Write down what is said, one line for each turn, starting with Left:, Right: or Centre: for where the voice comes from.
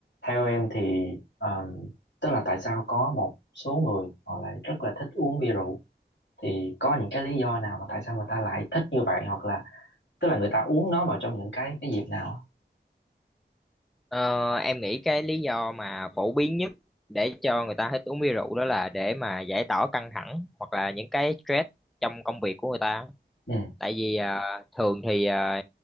Left: Theo em thì um, tức là tại sao có một số người họ lại rất là thích uống bia rượu thì có những cái lý do nào mà tại sao người ta lại thích như vậy hoặc là tức là người ta uống nó vào trong những cái cái dịp nào á?
Centre: Ờ, em nghĩ cái lý do mà phổ biến nhất để cho người ta hết uống bia rượu đó là để mà giải tỏa căng thẳng hoặc là những cái stress trong công việc của người ta.
Left: ừ
Centre: Tại vì ờ, thường thì ờ,